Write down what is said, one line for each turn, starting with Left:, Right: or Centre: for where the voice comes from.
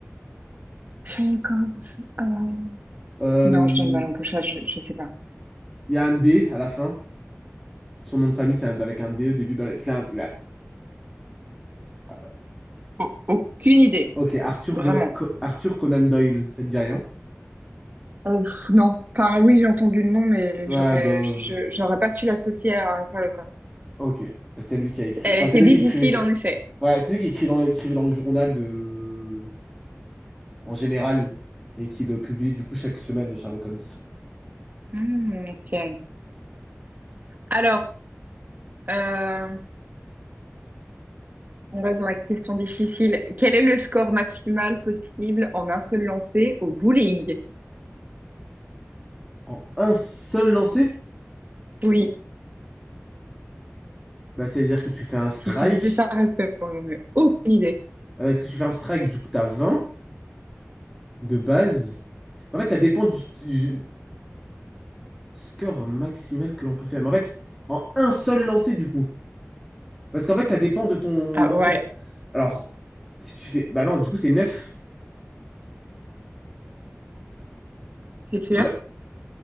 Right: Sherlock Holmes. euh,
Centre: Euh,
Right: Non, je donne ma langue au chat, je ne sais pas.
Centre: Il y a un D à la fin. Son nom de famille, c'est un- avec un D au début. Bah, c'est un- là. Euh,
Right: Au- aucune idée.
Centre: Ok, Arthur,
Right: Vraiment.
Centre: Gona- Co- Arthur Conan Doyle, ça te dit rien?
Right: Euh, pff, non. Enfin, oui, j'ai entendu le nom, mais
Centre: Ouais,
Right: j'aurais,
Centre: bah, euh,
Right: je, je- j'aurais pas su l'associer à Sherlock Holmes.
Centre: ok. C'est lui qui a écrit.
Right: Elle
Centre: Enfin,
Right: était
Centre: c'est lui
Right: difficile,
Centre: qui écrivait.
Right: en effet.
Centre: Ouais, c'est lui qui écrit dans, écrivait dans le journal de... en général et qui le publie du coup chaque semaine, Sherlock Holmes.
Right: Hmm, ok. Alors, euh, on reste dans la question difficile. Quel est le score maximal possible en un seul lancer au bowling?
Centre: En un seul lancer?
Right: Oui,
Centre: Bah, c'est-à-dire que tu fais un strike.
Right: si tu sais ça, respecte-moi. J'en ai Aucune idée.
Centre: Ah, Parce que tu fais un strike, du coup, t'as 20 de base. En fait, ça dépend du, du score maximal que l'on peut faire. Mais en fait, en un seul lancer, du coup. Parce qu'en fait, ça dépend de ton
Right: Ah
Centre: lancer.
Right: ouais.
Centre: d'a- Alors, si tu fais. Bah non, du coup, c'est neuf
Right: C'est sûr.
Centre: Non, mais-